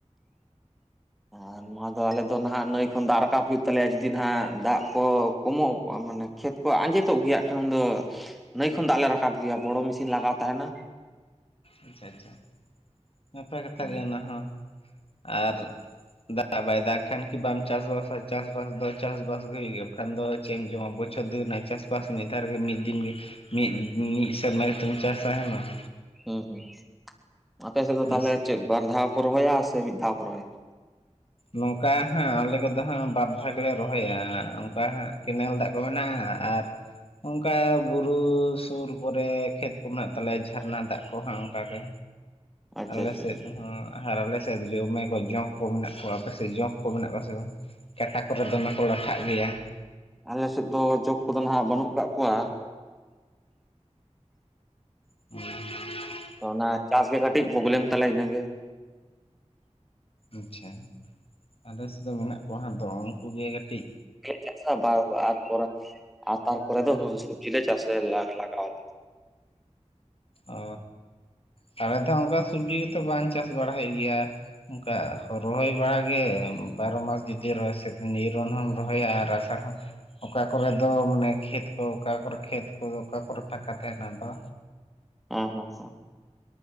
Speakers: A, in the centre; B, on the left (about 50°).
A: <unintelligible> ᱟᱫᱚ ᱟᱞᱮ ᱫᱚ ᱱᱟᱦᱟᱜ ᱱᱟᱹᱭ ᱠᱷᱚᱱ ᱫᱟᱜ ᱨᱟᱠᱟᱵ ᱦᱩᱭᱩᱜ ᱛᱟᱞᱮᱭᱟ ᱡᱩᱫᱤ ᱱᱟᱦᱟᱜ ᱫᱟᱜ ᱠᱚ ᱠᱚᱢᱚᱜᱼᱟ ᱢᱟᱱᱮᱼᱼ ᱠᱷᱮᱛ ᱠᱚ ᱟᱸᱡᱮᱛᱚᱜ ᱜᱮᱭᱟ ᱠᱷᱟᱱ ᱩᱱ ᱫᱚ ᱱᱟᱹᱭ ᱠᱷᱚᱱ ᱫᱟᱜ ᱞᱮ ᱨᱟᱠᱟᱵ ᱜᱮᱭᱟ, ᱵᱚᱲᱚ ᱢᱮᱥᱤᱱ ᱞᱟᱜᱟᱣ ᱛᱟᱦᱮᱱᱟ᱾
B: ᱟᱪᱪᱷᱟ ᱟᱪᱪᱷᱟ, ᱱᱟᱯᱟᱭ ᱠᱟᱛᱟ
A: ᱦᱩᱸ
B: ᱜᱮ ᱚᱱᱟ ᱦᱚᱸᱼᱼ ᱟᱨ ᱫᱟᱜ ᱵᱟᱭ ᱫᱟᱜ ᱠᱷᱟᱱ ᱠᱤ ᱵᱟᱢ ᱪᱟᱥ ᱵᱟᱥᱟ? ᱪᱟᱥᱵᱟᱥ ᱫᱚ ᱪᱟᱥᱵᱟᱥ ᱜᱮ ᱦᱩᱭᱩᱜ ᱜᱮᱭᱟ ᱵᱟᱠᱷᱟᱱ ᱫᱚᱼᱼ ᱪᱮᱫ ᱮᱢ ᱡᱚᱢᱟ, ᱵᱚᱪᱷᱚᱨ ᱫᱤᱱ ᱨᱮᱱᱟᱜ ᱪᱟᱥᱵᱟᱥ ᱢᱤᱫ ᱫᱷᱟᱣ ᱨᱮᱜᱤ ᱢᱤᱫ ᱫᱤᱱ ᱜᱮᱼᱼ ᱢᱤᱫ ᱢᱤᱫ ᱥᱮᱨᱢᱟ ᱠᱟᱛᱮ ᱪᱟᱥᱟ ᱮᱸ ᱵᱟᱝ
A: ᱦᱮᱸ ᱦᱮᱸ ᱟᱯᱮᱥᱮᱫ ᱫᱚ
B: ᱢᱤᱫ
A: ᱛᱟᱦᱚᱞᱮ ᱪᱮᱫ ᱵᱟᱨ ᱫᱷᱟᱣ ᱠᱚ ᱨᱚᱦᱚᱭᱟ ᱥᱮ ᱢᱤᱫ ᱫᱷᱟᱣ ᱠᱚ ᱨᱚᱦᱚᱭᱟ?
B: ᱱᱚᱝᱠᱟ ᱦᱟᱸᱜ ᱟᱞᱮ ᱠᱚᱫᱚ ᱦᱟᱸᱜ ᱵᱟᱨ ᱫᱷᱟᱣ ᱜᱮᱞᱮ ᱨᱚᱦᱚᱭᱟ ᱚᱱᱠᱟ ᱦᱟᱸᱜ ᱠᱮᱱᱮᱞ ᱫᱟᱜ ᱠᱚ ᱢᱮᱱᱟᱜᱼᱟ ᱟᱨᱼᱼ ᱚᱱᱠᱟ ᱵᱩᱨᱩ ᱥᱩᱨ ᱠᱚᱨᱮ ᱠᱷᱮᱛ ᱠᱚ ᱢᱮᱱᱟᱜ ᱛᱟᱞᱮᱭᱟ ᱡᱷᱟᱨᱱᱟ ᱫᱟᱜ ᱠᱚᱦᱟᱸ ᱚᱱᱠᱟᱜᱮᱼᱼ
A: ᱟᱪᱪᱷᱟ
B: ᱟᱞᱮ
A: ᱟᱪᱪᱷᱟ
B: ᱥᱮᱫ
A: ᱟᱪᱪᱷᱟ
B: ᱫᱚ ᱦᱚᱸ ᱟᱨ ᱟᱞᱮ ᱥᱮᱫ ᱫᱚ ᱡᱚᱢᱮ ᱠᱚ ᱡᱚᱸᱠ ᱠᱚ ᱢᱮᱱᱟᱜᱼᱼ ᱟᱯᱮᱥᱮᱫ ᱡᱚᱸᱠ ᱠᱚ ᱢᱮᱱᱟᱜ ᱠᱚᱣᱟ ᱥᱮ ᱵᱟᱝ ᱠᱟᱴᱟ ᱠᱚᱨᱮ ᱫᱚᱢᱮ ᱠᱚ ᱞᱟᱴᱷᱟᱜ ᱜᱮᱭᱟ᱾
A: ᱟᱞᱮᱥᱮᱫ ᱫᱚ ᱡᱚᱸᱠ ᱠᱚᱫᱚ ᱦᱟᱜ ᱵᱟᱹᱱᱩᱜ ᱟᱠᱟᱫ ᱠᱚᱣᱟ᱾
B: <inaudible>
A: ᱛᱚ ᱚᱱᱟ ᱪᱟᱥ ᱜᱮ ᱠᱟᱹᱴᱤᱡ ᱯᱨᱚᱵᱽᱞᱮᱢ ᱛᱟᱞᱮ ᱤᱱᱟᱹᱜᱮ,
B: ᱟᱪᱪᱷᱟ ᱟᱞᱮᱥᱮᱫ ᱢᱮᱱᱟᱜ ᱠᱚᱣᱟ ᱦᱟᱸ ᱫᱚ ᱩᱱᱠᱩᱜ ᱜᱮ ᱠᱟᱹᱴᱤᱡᱼᱼ
A: ᱪᱟᱥᱟᱚᱨ <unintelligible> ᱛᱟᱨᱯᱚᱨᱮ ᱫᱚ ᱥᱚᱵᱡᱤᱞ ᱞᱮ ᱪᱟᱥ ᱞᱟᱜᱟᱣ ᱟᱞᱮ᱾
B: ᱚ ᱛᱟᱦᱞᱮ ᱫᱚ ᱚᱱᱠᱟ ᱥᱚᱵᱡᱤ ᱠᱚᱛᱚ ᱵᱟᱝ ᱪᱟᱥ ᱵᱟᱲᱟ ᱦᱩᱭᱩᱜ ᱜᱮᱭᱟ᱾ ᱚᱱᱠᱟ ᱨᱚᱦᱚᱭ ᱵᱟᱲᱟᱜᱮ ᱵᱟᱨᱚ ᱢᱟᱥ ᱡᱩᱫᱤ ᱨᱚᱦᱚᱭ ᱥᱮᱫᱤ ᱱᱤᱨᱚᱱ ᱦᱚᱢ ᱨᱚᱦᱚᱭᱟ ᱟᱨ ᱟᱥᱟᱲ ᱦᱚᱸᱼᱼ ᱚᱠᱟ ᱠᱚᱨᱮ ᱫᱚ ᱢᱟᱱᱮ ᱠᱷᱮᱛ ᱠᱚ ᱚᱠᱟ ᱠᱚᱨᱮ ᱠᱷᱮᱛ ᱠᱚᱫᱚ ᱚᱠᱟ ᱠᱚᱨᱮ ᱯᱷᱟᱸᱠᱟ ᱛᱟᱦᱮᱸᱱᱟᱫᱚ
A: <inaudible>